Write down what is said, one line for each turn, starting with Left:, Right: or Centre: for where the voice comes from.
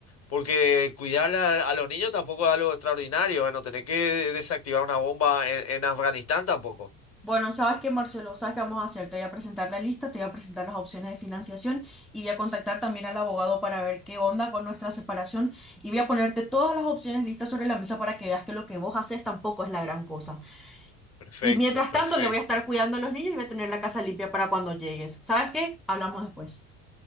Left: Porque cuidar a, a los niños tampoco es algo extraordinario. Bueno, tener que desactivar una bomba en, en Afganistán tampoco.
Centre: Bueno, ¿sabes qué, Marcelo? ¿Sabes qué vamos a hacer? Te voy a presentar la lista, te voy a presentar las opciones de financiación y voy a contactar también al abogado para ver qué onda con nuestra separación y voy a ponerte todas las opciones listas sobre la mesa para que veas que lo que vos haces tampoco es la gran cosa.
Left: Perfecto,
Centre: Y mientras
Left: perfecto.
Centre: tanto le voy a estar cuidando a los niños y voy a tener la casa limpia para cuando llegues. ¿Sabes qué? Hablamos después.